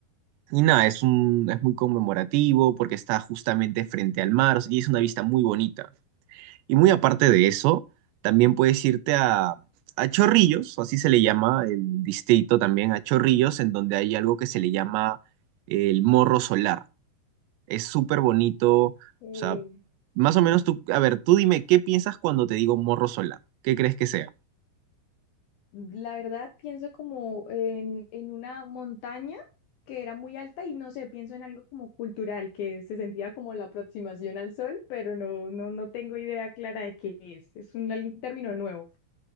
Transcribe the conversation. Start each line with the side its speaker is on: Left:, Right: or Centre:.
Right: Y nada, es un, es muy conmemorativo porque está justamente frente al mar o sea, y es una vista muy bonita. Y muy aparte de eso, también puedes irte a, a Chorrillos, así se le llama el distrito también, a Chorrillos, en donde hay algo que se le llama el Morro Solar. Es súper bonito. O
Left: Ok.
Right: sea, más o menos tú, a ver, tú dime, ¿qué piensas cuando te digo morro solar? ¿Qué crees que sea?
Left: La verdad, pienso como en, en una montaña que era muy alta y no sé, pienso en algo como cultural, que se sentía como la aproximación al sol, pero no, no, no tengo idea clara de qué es. Es un, algún término nuevo.